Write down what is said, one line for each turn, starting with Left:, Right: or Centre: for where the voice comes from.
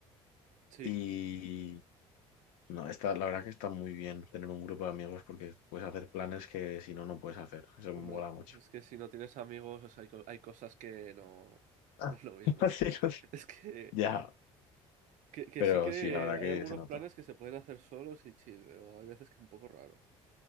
Right: Sí,
Left: Y no, está, la verdad que está muy bien tener un grupo de amigos porque puedes hacer planes que si no, no puedes hacer. Eso
Right: hombre,
Left: me mola mucho.
Right: es que si no tienes amigos, o sea, hay, co- hay cosas que no, <laughs>
Left: Ah.
Right: no es lo mismo,
Left: <laughs>
Right: ¿eh?
Left: Sí, no
Right: <laughs>
Left: sé.
Right: Es que
Left: Ya,
Right: Que, que
Left: pero
Right: sí que
Left: sí, la verdad
Right: hay
Left: que
Right: algunos
Left: se nota.
Right: planes que se pueden hacer solos y chill, pero hay veces que es un poco raro.